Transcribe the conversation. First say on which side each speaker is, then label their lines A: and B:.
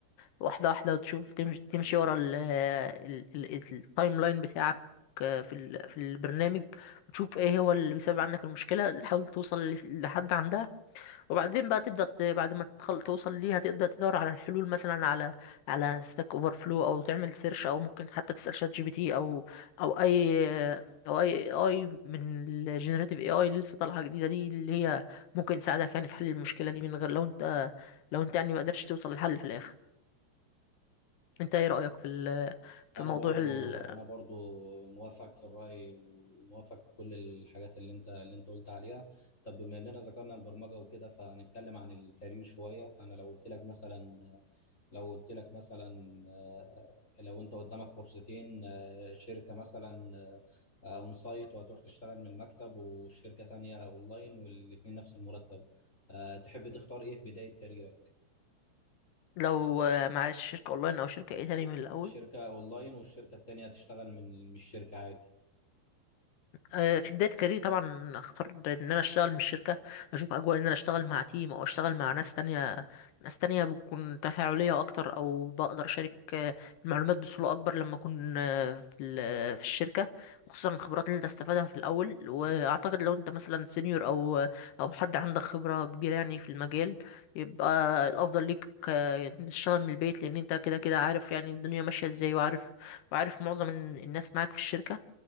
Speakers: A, on the left; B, on the left.
A: واحده واحده وتشوف تمشي تمشي ورا التايم لاين بتاعك في ال- في البرنامج وتشوف ايه هو اللي بيسبب عندك المشكله تحاول توصل لحد عندها وبعدين بقى تبدأ ت- بعد ما تخل... توصل ليها تبدأ تدور على الحلول مثلا على على ستاك اوفر فلو او تعمل سيرش او ممكن حتى تسأل شات جي بي تي او او اي او اي اي من الجينيريتيف اي اي اللي لسه طالعة جديدة دي اللي هي ممكن تساعدك يعني في حل المشكلة دي من غير لو انت لو انت يعني ما قدرتش توصل للحل في الاخر انت ايه رأيك في ال... في
B: انا
A: موضوع
B: برضو
A: ال...
B: انا برضو موافق في الرأي وموافق في كل الحاجات اللي انت اللي انت قلت عليها طب بما اننا ذكرنا البرمجة وكده فنتكلم عن الكارير شوية انا لو قلت لك مثلا لو قلت لك مثلا آه، لو انت قدامك فرصتين آه، شركة مثلا آه، اون سايت وهتروح تشتغل من المكتب والشركة تانية اونلاين والاتنين نفس المرتب آه، تحب تختار ايه في بداية كاريرك
A: لو معلش شركة اونلاين او شركة ايه تاني من الاول
B: الشركة اونلاين والشركة التانية هتشتغل من من الشركة عادي
A: آه، في بداية كاريري طبعا اختار ان انا اشتغل من شركة اشوف اجواء ان انا اشتغل مع تيم او اشتغل مع ناس تانية ناس تانية بتكون تفاعلية اكتر او بقدر اشارك آه، المعلومات بسهولة اكبر لما اكون آه، في ال- في الشركة وخصوصا الخبرات اللي انت تستفادها في الاول واعتقد لو انت مثلا سينيور او او حد عندك خبرة كبيرة يعني في المجال يبقى الافضل ليك آه، إن تشتغل من البيت لان انت كده كده عارف يعني الدنيا ماشية ازاي وعارف وعارف معظم الناس معاك في الشركة